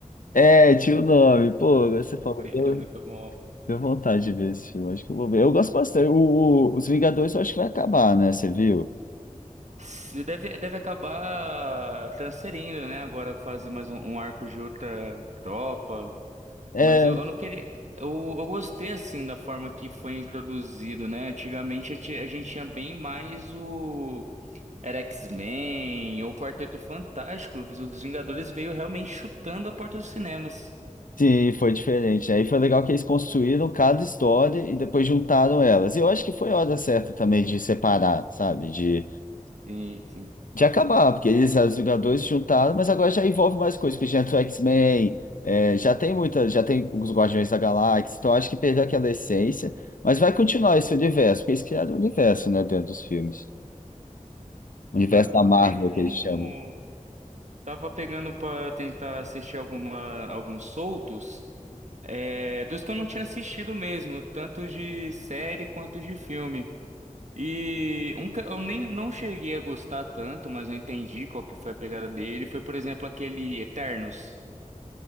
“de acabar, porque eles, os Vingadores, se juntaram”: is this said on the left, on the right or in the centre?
Left